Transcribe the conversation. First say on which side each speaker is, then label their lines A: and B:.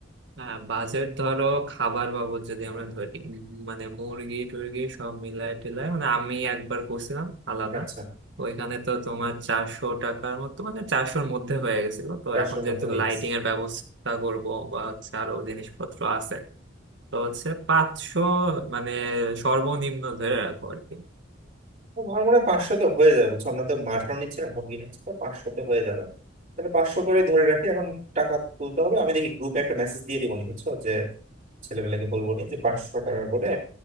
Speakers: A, on the right; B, on the right.
A: হ্যাঁ বাজেট ধরো খাবার বাবদ যদি আমরা ধরি উম, মানে মুরগি টুরগি সব মিলায় টিলায় মানে আমি একবার করছিলাম আলাদা
B: আচ্ছা
A: ওইখানে তো তোমার চারশো টাকার মতো মানে চারশোর মধ্যে হয়ে গেছিল তো
B: চারশোর
A: এখন
B: মধ্যে
A: যেহেতু
B: হয়ে
A: লাইটিং
B: গেছে
A: এর ব্যবস্থা করব বা হচ্ছে আরো জিনিসপত্র আছে তো হচ্ছে পাঁচশো মানে সর্বনিম্ন ধরে রাখো আর কি
B: তো আমার মনে হয় পাঁচশোতে হয়ে যাবে বুঝছো আমরা তো মাটন নিচ্ছি না মুরগি নিচ্ছি তো পাঁচশোতে হয়ে যাবে তাহলে পাঁচশো করেই ধরে রাখি এখন টাকা তুলতে হবে আমি দেখি গ্রুপে একটা মেসেজ দিয়ে দিবনি বুঝছো যে ছেলেপেলেকে বলবো না যে পাঁচশো টাকা করে